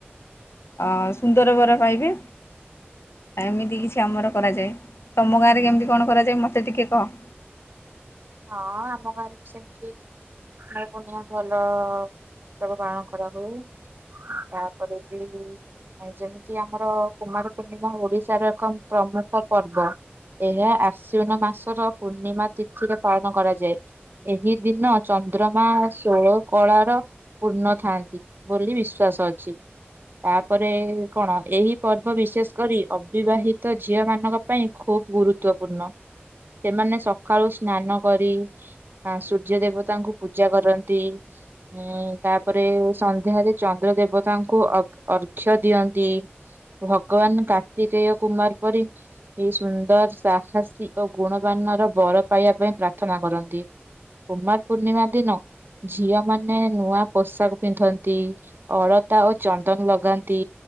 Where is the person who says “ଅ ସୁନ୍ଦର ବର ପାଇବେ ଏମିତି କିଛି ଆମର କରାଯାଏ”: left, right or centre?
Left